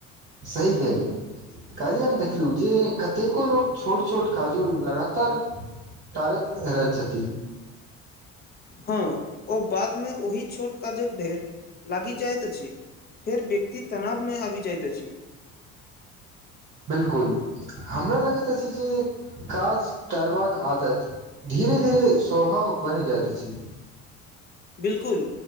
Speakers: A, on the right (about 30°); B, on the left (about 25°).
A: सही केहलियू काल्हि हम देखलहु जे कतेको लोक छोट - छोट काज उ लगातार टारेत रहै छथि
B: हँ ओ बादमे ओहि छोट काजक ढेर लागि जाइत अछि फेर व्यक्ति तनाव मे आबि जाइत अछि।
A: बिलकुल हमरा लगैत अछि जे काज टारबाक आदत धीरे - धीरे स्वभाव बनि जाइत अछि।
B: बिलकुल